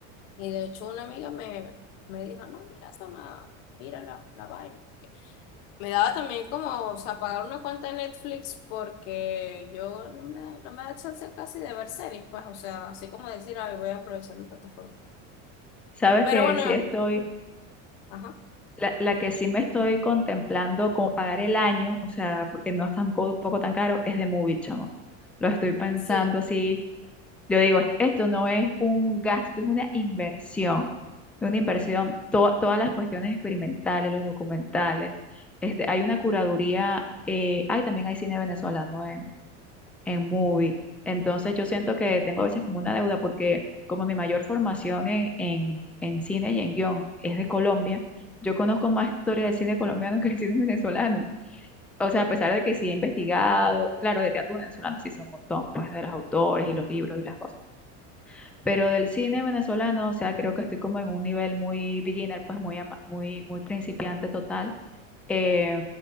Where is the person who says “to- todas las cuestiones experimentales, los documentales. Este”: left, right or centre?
Centre